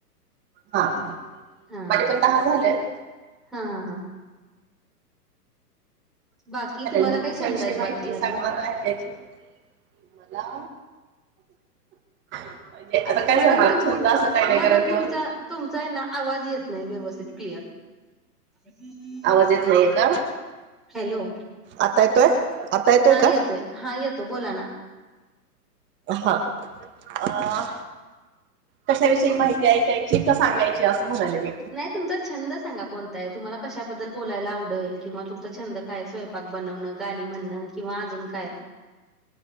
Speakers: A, on the right; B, in the centre.
A: हा हा
B: हा,
A: माझे पण दहा झालेत.
B: हा ह हां.. बाकी
A: चालेल
B: तुम्हाला
A: मग
B: काय
A: कशाविषयी
B: छंद आहेत बाकी
A: माहिती
B: अजून?
A: सांग मला ऐकायची मला. म्हणजे आता काय
B: मॅडम
A: सांगणार
B: तुम
A: छंद असं काही नाही
B: मॅडम
A: कारण दिवस
B: तुमचा तुमचा आहे ना आवाज येत नाही व्यवस्थित क्लिअर <unintelligible>
A: आवाज येत नाहीये का?
B: हॅलो.
A: आता येतोय? आता
B: हा येतोय..
A: का
B: हा येतो बोला ना..
A: हा अ.. कशाविषयी माहिती ऐकायची का सांगायची असं म्हणाले मी
B: नाही तुमचा छंद सांगा कोणता? आहे, तुम्हाला कशाबद्दल बोलायला आवडेल किंवा तुमचा छंद काय स्वयपाक बनवणं गाणी म्हणणं किंवा अजून काय?